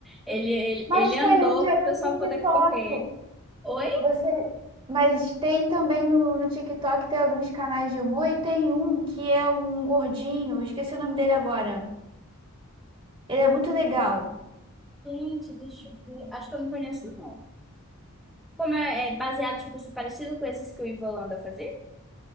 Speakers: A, in the centre; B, on the right.
A: Ele, ele,
B: Mas
A: ele andou
B: tem um que é
A: pro
B: do
A: pessoal
B: TikTok.
A: poder correr. Ou
B: Você... Mas tem também no, no TikTok, tem alguns canais de humor e tem um que é um gordinho, eu esqueci o nome dele agora. Ele é muito legal.
A: Gente, deixa eu ver. Acho que eu não conheço, não. Como é, é baseado, tipo assim, parecido com esses que o Ivo Holanda fazia?